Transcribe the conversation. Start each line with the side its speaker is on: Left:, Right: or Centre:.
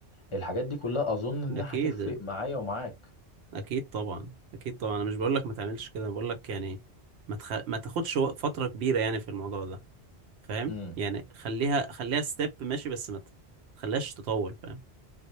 Left: الحاجات دي كلها اظن انها
Right: اكيد
Left: هتفرق معايا ومعاك
Right: اكيد طبعا اكيد طبعا انا مش بقول لك ما تعملش كده انا بقول لك يعني ما تخ... ما تاخدش وق- فترة كبيرة يعني في الموضوع ده فاهم
Left: امم
Right: يعني خليها خليها ستيب ماشي بس ما ت- تخليهاش تطول فاهم